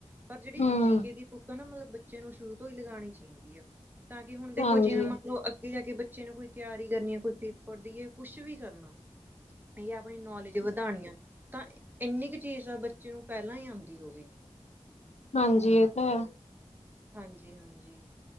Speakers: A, on the right; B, on the left.
A: ਪਰ ਜਿਹੜੀ
B: ਹੂੰ,
A: ਜੀ ਕੇ ਦੀ ਬੁੱਕ ਆ ਨਾ, ਮਤਲਬ ਬੱਚਿਆਂ ਨੂੰ ਸ਼ੁਰੂ ਤੋਂ ਹੀ ਲਗਾਣੀ ਚਾਹੀਦੀ ਆ। ਤਾਂ ਕਿ ਹੁਣ ਦੇਖੋ
B: ਹਾਂਜੀ।
A: ਜਿਵੇਂ ਮੰਨ ਲਓ ਅੱਗੇ ਜਾ ਕੇ ਬੱਚੇ ਨੂੰ ਕੋਈ ਤਿਆਰੀ ਕਰਨੀ ਐ ਕੋਈ ਪੇਪਰ ਦੀ ਹੈ ਕੁਛ ਵੀ ਕਰਨਾ ਜਾਂ ਆਪਣੀ ਨੌਲੇਜ ਵਧਾਣੀ ਆ ਤਾਂ ਇੰਨੀ ਕੁ ਚੀਜ਼ ਆ ਬੱਚੇ ਨੂੰ ਪਹਿਲਾਂ ਹੀ ਆਂਦੀ ਹੋਵੇ।
B: ਹਾਂਜੀ, ਇਹ ਤਾਂ ਹੈ।
A: ਹਾਂਜੀ- ਹਾਂਜੀ